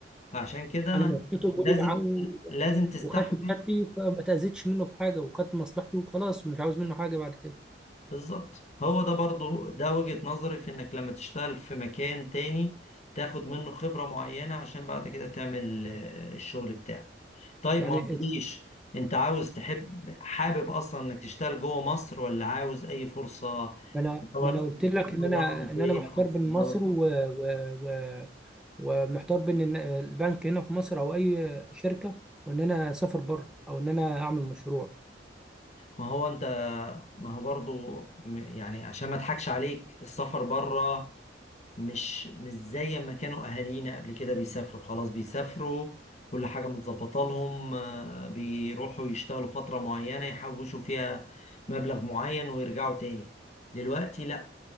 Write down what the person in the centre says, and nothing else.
انا مشيت اموري
معاه و-
وخدت كتابتي فما تاذيتش منه في حاجه وخدت مصلحتي وخلاص مش عاوز منه حاجه بعد كده
يعني
ما انا
ما انا قلت لك
ان انا
ان انا محتار
بين
مصر و... و... و... ومحتار بين إن البنك هنا في مصر او اي شركه وان انا اسافر بره او ان انا اعمل مشروع